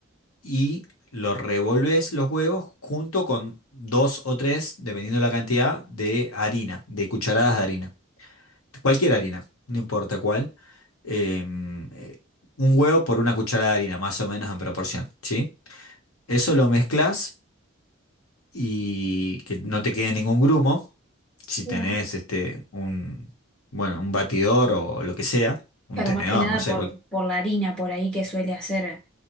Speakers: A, on the left; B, in the centre.
A: y lo revolves los huevos junto con dos o tres, dependiendo de la cantidad, de harina, de cucharadas de harina. Cualquier harina, no importa cuál. em, eh, un huevo por una cucharada de harina, más o menos en proporción, ¿sí? Eso lo mezclas y que no te quede ningún grumo. Si
B: Bien.
A: tenés este un bueno, un batidor o lo que sea, un
B: Claro,
A: tenedor,
B: más que nada
A: no sé,
B: por,
A: cual-
B: por la harina por ahí que suele hacer